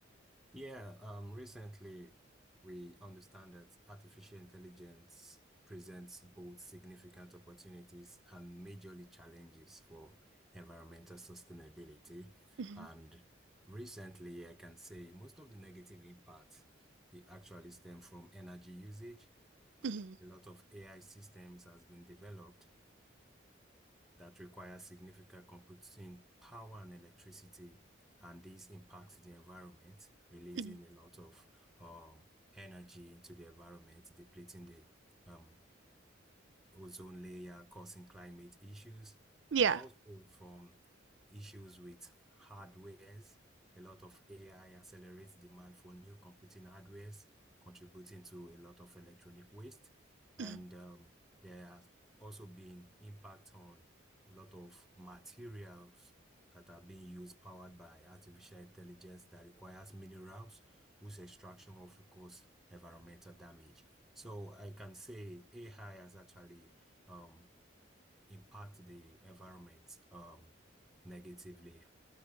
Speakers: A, in the centre; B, on the right.
A: Yeah, um, recently we understand that artificial intelligence presents both significant opportunities and majorly challenges for environmental sustainability.
B: Mhm,
A: And recently, I can say most of the negative impact it actually stem from energy usage.
B: mhm,
A: A lot of AI systems has been developed that require significant computing power and electricity, and this impacts the environment, releasing
B: mhm.
A: a lot of um, energy into the environment, depleting the um, ozone layer causing climate issues,
B: Yeah.
A: and also from issues with hardwares. A lot of AI accelerates demand for new computing hardwares, contributing to a lot of electronic waste. And
B: Mm-hmm.
A: um, there has also been impact on a lot of materials that are being used powered by artificial intelligence that requires minerals, whose extraction will cause environmental damage. So I can say AI has actually um, impacted the environment um, negatively.